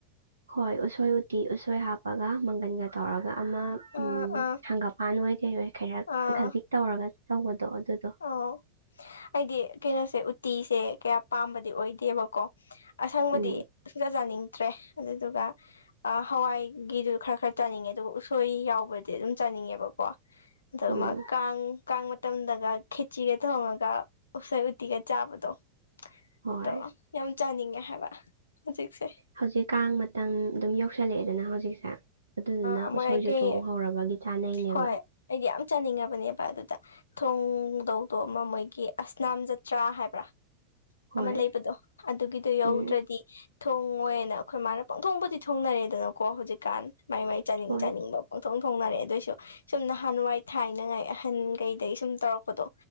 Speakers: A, on the right; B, on the left.
A: ꯍꯣꯏ ꯎꯁꯣꯏ ꯎꯇꯤ ꯎꯁꯣꯏ ꯍꯥꯞꯄꯒ ꯃꯪꯒꯟꯒ ꯇꯧꯔꯒ ꯑꯃ
B: ꯑꯥ
A: ꯎꯝ
B: ꯑꯥ
A: ꯍꯥꯡꯒꯞ ꯃꯄꯥꯟꯣꯏ ꯀꯩꯍꯣꯏ ꯈꯔ
B: ꯑꯥ
A: ꯈꯖꯤꯛ ꯇꯧꯔꯒ ꯇꯧꯕꯗꯣ ꯑꯗꯨꯗꯣ
B: ꯑꯣ ꯑꯩꯗꯤ ꯀꯩꯅꯣꯁꯦ ꯎꯇꯤꯁꯦ ꯀꯌꯥ ꯄꯥꯝꯕꯗꯤ ꯑꯣꯏꯗꯦꯕꯀꯣ ꯑꯁꯪꯕꯗꯤ
A: ꯎꯝ
B: ꯁꯨꯡꯖ ꯌꯥꯅꯤꯡꯗ꯭ꯔꯦ ꯑꯗꯨꯗꯨꯒ ꯑ ꯍꯋꯥꯏꯒꯤꯗꯨ ꯈꯔ ꯈꯔ ꯆꯥꯅꯤꯡꯉꯦ ꯑꯗꯨꯒ ꯎꯁꯣꯏ ꯌꯥꯎꯕꯗꯤ ꯑꯗꯨꯝ ꯆꯥꯅꯤꯡꯉꯦꯕꯀꯣ ꯑꯗꯨꯒ
A: ꯎꯝ
B: ꯃꯥ ꯀꯥꯡ ꯀꯥꯡ ꯃꯇꯝꯗꯒ ꯈꯦꯆꯤꯒ ꯊꯣꯡꯉꯒ ꯎꯁꯥꯏ ꯎꯇꯤꯒ ꯆꯥꯕꯗꯣ
A: ꯍꯣꯏ
B: ꯑꯗꯣ ꯌꯥꯝ ꯆꯥꯅꯤꯡꯉꯦ ꯍꯥꯏꯕ ꯍꯧꯖꯤꯛꯁꯦ
A: ꯍꯧꯖꯤꯛ ꯀꯥꯡ ꯃꯇꯝ ꯑꯗꯨꯝ ꯌꯧꯁꯜꯂꯛꯑꯦꯗꯅ ꯍꯧꯖꯤꯛꯁꯦ ꯑꯗꯨꯗꯨꯅ
B: ꯑ ꯃꯣꯏ
A: ꯑꯁꯣꯏꯖꯨ
B: ꯀꯩ
A: ꯆꯣꯡ ꯍꯧꯧꯔꯕꯒꯤ ꯆꯥꯅꯩꯅꯦꯕ
B: ꯍꯣꯏ ꯑꯩꯗꯤ ꯌꯥꯝ ꯆꯥꯅꯤꯡꯉꯕꯅꯦꯕ ꯑꯗꯨꯗ ꯊꯣꯡꯗꯧꯗꯣ ꯑꯃ ꯃꯣꯏꯒꯤ ꯑꯁꯅꯥꯝ ꯖꯇ꯭ꯔꯥ ꯍꯥꯏꯕ꯭ꯔꯥ
A: ꯍꯣꯏ
B: ꯑꯃ ꯂꯩꯕꯗꯣ ꯑꯗꯨꯒꯤꯗꯣ ꯌꯧꯗ꯭ꯔꯗꯤ
A: ꯎꯝ
B: ꯊꯣꯡꯉꯣꯏꯅ ꯑꯩꯈꯣꯏ ꯃꯥꯅ ꯄꯪꯊꯣꯡꯕꯨꯗꯤ ꯊꯣꯡꯅꯔꯦꯗꯅꯀꯣ ꯍꯧꯖꯤꯛꯀꯥꯟ ꯃꯥꯏ ꯃꯥꯏ ꯆꯥꯅꯤꯡ
A: ꯍꯣꯏ
B: ꯆꯥꯅꯤꯡꯕ ꯑꯣꯟꯊꯣꯡ ꯊꯣꯡꯅꯔꯦ ꯑꯗꯨꯑꯣꯏꯁꯨ ꯁꯨꯝ ꯅꯍꯥꯟꯋꯥꯏ ꯊꯥꯏꯅꯉꯥꯏ ꯑꯍꯟꯈꯩꯗꯒꯤ ꯁꯨꯝ ꯇꯧꯔꯛꯄꯗꯣ